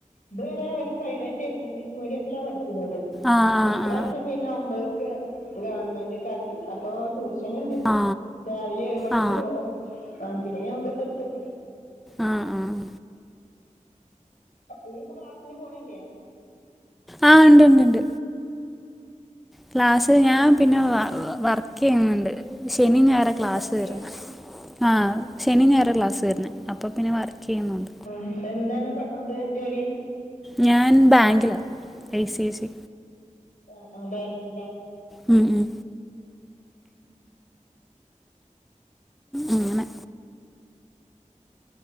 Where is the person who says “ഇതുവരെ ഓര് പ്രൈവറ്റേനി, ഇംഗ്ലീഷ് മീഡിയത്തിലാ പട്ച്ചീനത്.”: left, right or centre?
Left